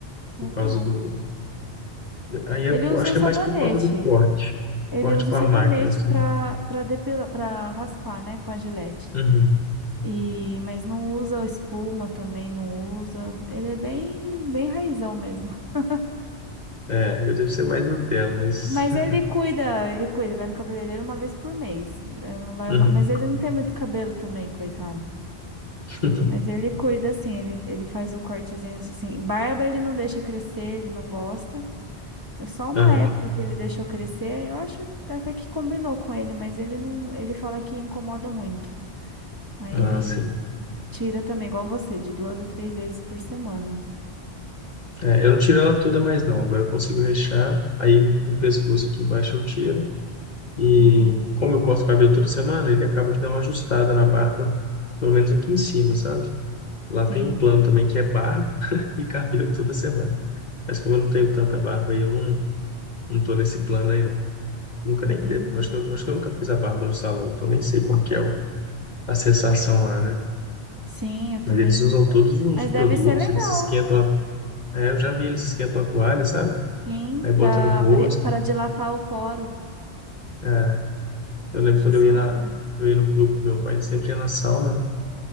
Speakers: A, on the right; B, on the left.
A: legal.
B: por causa do Aí eu
A: Ele usa
B: acho
A: um
B: que
A: sabonete.
B: é mais por causa do corte.
A: Ele
B: Corte
A: usa
B: com
A: um sabonete
B: a máquina, assim.
A: para para depilar, para raspar, né, com a gilete.
B: Uhum.
A: E mas não usa espuma também, não usa. Ele é bem bem raizão mesmo. <laughs>
B: É, eu devo ser mais Nutella, mas.
A: Mas
B: <laughs>
A: ele cuida, ele cuida, vai no cabeleireiro uma vez por mês. Eh, Não vai
B: Uhum.
A: uma... Mas ele não tem muito cabelo também, coitado.
B: <laughs>
A: Mas ele cuida assim, ele, ele faz o cortezinho assim. Barba ele não deixa crescer, ele não gosta. É só uma
B: Aham.
A: época que ele deixou crescer. Eu acho até que combinou com ele, mas ele não, ele fala que incomoda muito. Aí
B: Ah,
A: ele
B: sim.
A: tira também, igual você, de duas a três vezes por semana.
B: É, eu não tiro ela toda mais, não. Agora eu consigo deixar. Aí no pescoço aqui embaixo eu tiro. E
A: Uhum.
B: como eu corto o cabelo toda semana, ele acaba que dá uma ajustada na barba, pelo menos aqui em cima, sabe? Lá
A: Sim,
B: tem um plano
A: sim,
B: também que é barba <laughs> e cabelo toda semana. Mas como eu não tenho tanta barba, aí eu não, não tô nesse plano aí, não. Nunca nem
A: entendi.
B: devo. Acho que eu, acho que eu nunca fiz a barba no salão, então nem sei como que é o- a sensação lá, né?
A: Sim, eu
B: Mas
A: também.
B: eles usam todos os
A: Mas
B: produtos,
A: deve ser legal,
B: eles esquentam. A, é, eu já vi eles esquentam a toalha, sabe?
A: sim,
B: Aí bota
A: para
B: no rosto.
A: para dilatar o poro.
B: É, eu
A: Eu
B: lembro
A: acho
B: quando
A: isso
B: eu ia,
A: legal.
B: na, eu ia no clube com meu pai, ele sempre ia na sauna, né?